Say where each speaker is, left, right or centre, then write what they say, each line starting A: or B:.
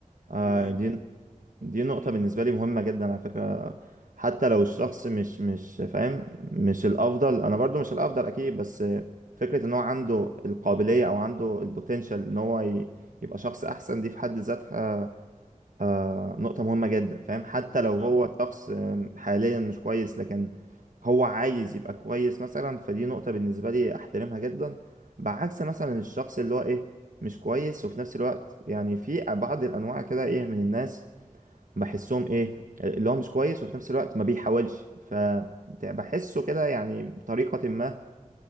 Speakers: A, on the right; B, on the right.
A: آه
B: و
A: دي دي نقطة
B: مم،
A: بالنسبة لي مهمة جدا على فكرة حتى لو الشخص مش مش فاهم مش الأفضل أنا برضو مش الأفضل أكيد بس فكرة إن هو عنده القابلية أو عنده البوتنشال إن هو ي- يبقى شخص أحسن دي في حد ذاتها آه، نقطة مهمة جدا فاهم حتى
B: بالظبط
A: لو هو شخص آم، حاليا مش كويس لكن هو عايز يبقى كويس مثلا فدي نقطة بالنسبة لي أحترمها جدا بعكس مثلا الشخص اللي هو إيه مش كويس وفي نفس الوقت يعني في بعض الأنواع كده إيه من الناس بحسهم ايه اللي هو مش كويس وفي نفس الوقت ما بيحاولش فبحسه كده يعني بطريقة ما